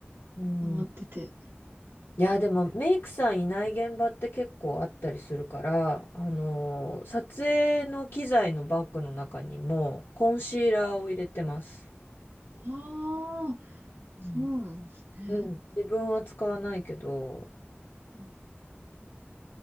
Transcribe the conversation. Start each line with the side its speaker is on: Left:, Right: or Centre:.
Left: う。うん。
Right: 回ってて。
Left: いや、でもメイクさんいない現場って結構あったりするから、あのー撮影の機材のバッグの中にもコンシーラーを入れてます。
Right: ああ、そうなんですね。
Left: うんうん。自分は使わないけど、
Right: うん。い